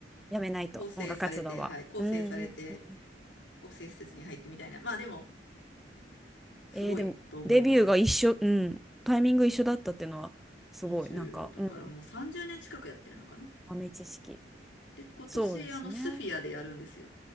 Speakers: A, in the centre; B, on the left (about 85°).
A: やめないと、
B: 構成されて、
A: 音楽活動は。
B: はい、構成されて、
A: うんうんうん。
B: こう施設に入ってみたいな。まあでも、すごいと思いますよ。
A: えー、でも、デビューが一緒、うん。タイミング一緒だったっていうのは、すごい、
B: 20、
A: なんか、
B: だからもう30年近くやってるのかな。
A: うん。豆知識。
B: で、今年、
A: そうですね。
B: あの、スフィアでやるんですよ。